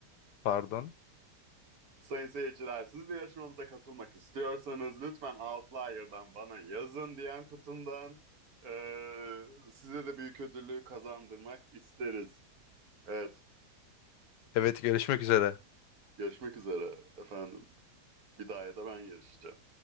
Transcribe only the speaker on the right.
Sayın seyirciler, siz de yarışmamıza katılmak istiyorsanız lütfen Outlier'dan bana yazın DM kutumdan. Ee, size de büyük ödülü kazandırmak isteriz. Evet,
görüşmek üzere efendim. Bir daha da ben yarışacağım.